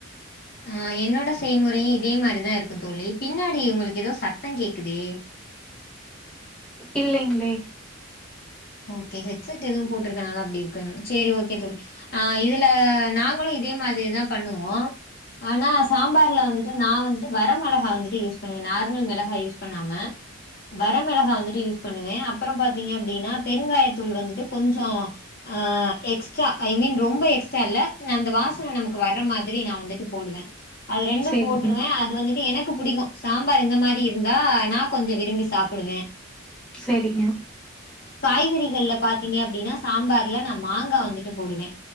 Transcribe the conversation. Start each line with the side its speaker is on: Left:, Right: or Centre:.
Left: ஆ என்னோட செய்முறையு இதே மாரிதா இருக்கு தோழி பின்னாடி உங்களுக்கு ஏதோ சத்தங் கேக் குதே
Centre: இல்லைங்ளே
Left: ஓகே ஹெட் செட் எதுவு போட் ருக்குறனால அப்டி இருக்கோ என்னவோ சேரி ஓகே தோழி ஆ இதுல நாங்களு இதே மாதிரிதா பண்ணுவோ ஆனா சாம்பார்ல வந்துட்டு நா வந்துட்டு வரமெளகா வந்துட்டு யூஸ் பண்ணி நார்மல் மெளகாய் யூஸ் பண்ணாம வரமெளகா வந்துட்டு யூஸ் பண்ணுவே அப்பறோ பாத்தீங்க அப்டின்னா பெருங்காயத்தூள் வந்துட்டு கொஞ்சோ அ எக்ஸ்ட்ரா ஐ மீன் ரொம்ப எக்ஸ்ட்ரா இல்ல அந்த வாசன நமக்கு வர்ற மாதிரி நா வந்துட்டு போடுவ அது ரெண்டு
Centre: சேரிங்க
Left: போட்ருவ அது வந்து டு எனக்கு புடிக்கு சாம்பார் இந்த மாரி இருந்தா நா கொஞ்சோ விரும்பி சாப்புடுவ
Centre: சேரிங்க
Left: காய்கறிகள்ல பாத்தீங்க அப்டின்னா சாம்பார்ல நா மாங்கா வந்துட்டு போடுவ